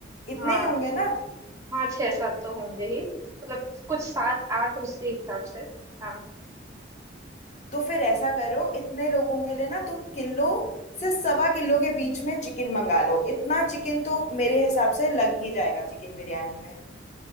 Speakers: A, on the left; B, on the right.
A: इतने
B: हाँ
A: ही होंगे
B: ठीक
A: ना
B: है हाँ छह सात तो होंगे ही मतलब कुछ सात आठ उसी हिसाब से हाँ
A: तो फिर ऐसा करो इतने लोगों के लिए ना तुम किलो से सवा किलो के बीच में चिकन मंगा लो इतना चिकन तो मेरे हिसाब से लग ही जाएगा चिकन बिरयानी में